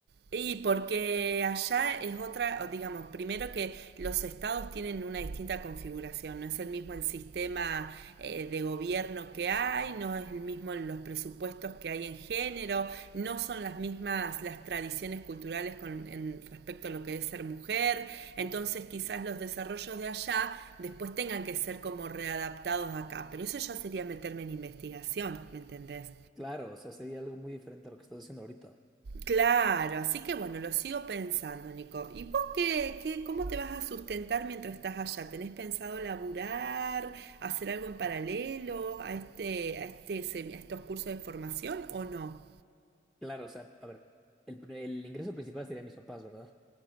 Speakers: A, on the right; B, in the centre.
A: y porque allá es otra, digamos, primero que los estados tienen una distinta configuración, no es el mismo el sistema eh, de gobierno que hay, no es el mismo los presupuestos que hay en género, no son las mismas las tradiciones culturales con, en, respecto a lo que es ser mujer, entonces quizás los desarrollos de allá después tengan que ser como readaptados acá, pero eso ya sería meterme en investigación, ¿me entendés?
B: Claro, o sea, sería algo muy diferente a lo que estás haciendo ahorita.
A: Claro, así que bueno, lo sigo pensando, Nico. ¿Y vos qué, qué, cómo te vas a sustentar mientras estás allá? ¿Tenés pensado laburar, hacer algo en paralelo a este, a este, semi- a estos cursos de formación o no?
B: Claro, o sea, a ver, el, pre- el ingreso principal sería mis papás, ¿verdad?